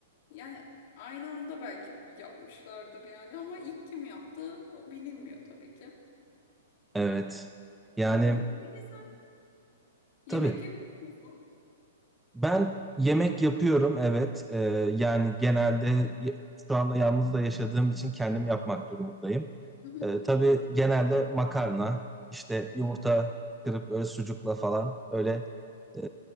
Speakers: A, on the left (about 50°); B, in the centre.
A: yani aynı anda belki yapmışlardır yani ama ilk kim yaptı o bilinmiyor tabii ki.
B: Evet. Yani
A: Hı hı. Peki sen yemek
B: Tabii.
A: yapıyor musun?
B: Ben yemek yapıyorum evet. Ee, yani genelde y- şu anda yalnız da yaşadığım için kendim yapmak durumundayım.
A: Hı hı.
B: Ee, tabii genelde makarna, işte yumurta
A: Hı hı.
B: kırıp böyle sucukla falan öyle e,